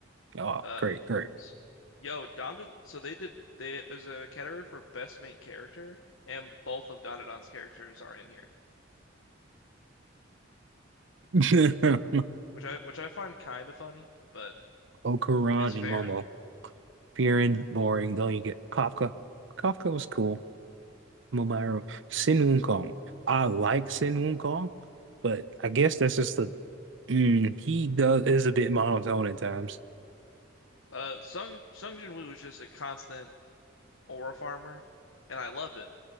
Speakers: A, on the right; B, on the left.
A: Oh,
B: Uh,
A: great, great.
B: s- yo, Don. So they did. They there's a category for best main character, and both of Donadon's characters are in here,
A: <laughs> Okoron
B: which I which I find kind of funny, but
A: and Momo.
B: is fair.
A: Fearing, boring, don't you get Kafka? Kafka was cool. Momairo. Sin Wukong. I like Sin Wukong, but I guess that's just the mm, he does is a bit monotone at times.
B: Uh, Sung Sung Jin Woo is just a constant aura farmer, and I love it.